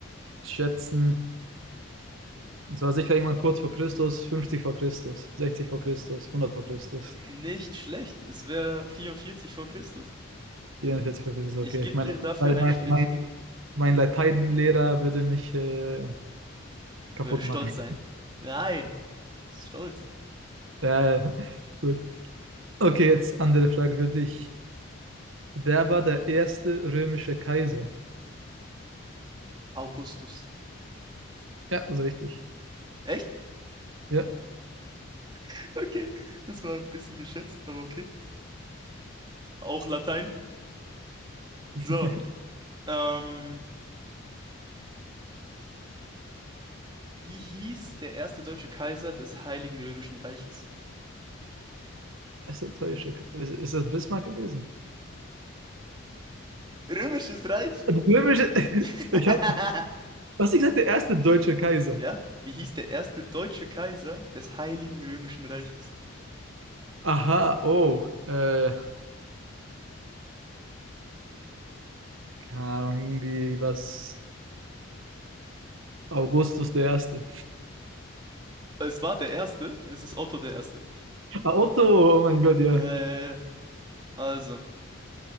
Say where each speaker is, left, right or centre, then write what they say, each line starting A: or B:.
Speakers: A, on the right (about 70°); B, on the right (about 20°).
A: schätzen. Es war sicher irgendwann kurz vor Christus, 50 vor Christus, 60 vor Christus, 100 vor Christus,
B: Nicht schlecht. Es wäre 44 vor Christus.
A: 44 vor Christus, okay.
B: Ich gebe
A: Mein,
B: dir dafür
A: mein,
B: einen
A: mein,
B: Strich.
A: mein mein Lateinlehrer würde mich äh, kaputt
B: Würde stolz
A: machen.
B: sein.
A: <laughs>
B: Nein, stolz.
A: Ja, gut. Okay, jetzt andere Frage für dich. Wer war der erste römische Kaiser?
B: Augustus.
A: Ja, das ist richtig.
B: Echt?
A: Ja,
B: <laughs> Okay. Das war ein bisschen geschätzt, aber okay. Auch Latein.
A: <laughs>
B: So. Ähm, wie hieß der erste deutsche Kaiser des Heiligen Römischen Reiches?
A: erste römische Ist, ist das Bismarck gewesen?
B: Römisches Reich?
A: Römische, <laughs>
B: <laughs>
A: ich hab, was ich gesagt, der erste deutsche Kaiser.
B: Ja, wie hieß der erste deutsche Kaiser des Heiligen Römischen Reiches?
A: Aha, oh, äh, keine Ahnung, irgendwie was, Augustus der Erste.
B: Es war der erste, es ist Otto der Erste.
A: Ah, Otto, oh mein Gott, ja.
B: Ja, ja, ja. Also,